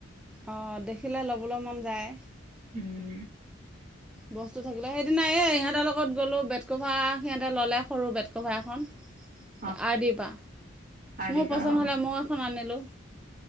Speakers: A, in the centre; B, on the right.
A: অঁ দেখিলে ল'বলৈ মন যায়।
B: উম।
A: বস্তু থাকিলে সেইদিনা এ ইহঁতৰ লগত গ'লো বেড কভাৰ সিহঁতে ল'লে সৰু বেড কভাৰ এখন।
B: <inaudible>
A: আৰদি পা
B: শাৰ দিবা
A: মোৰ পচন্দ
B: অ
A: হ'লে মই এখন আনিলোঁ।